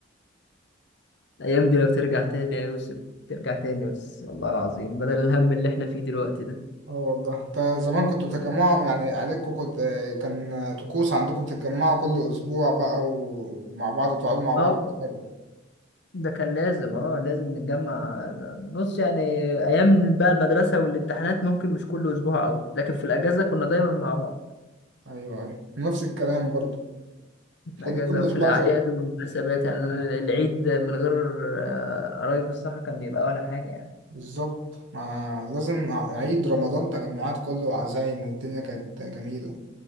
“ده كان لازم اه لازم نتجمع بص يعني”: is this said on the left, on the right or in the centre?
Left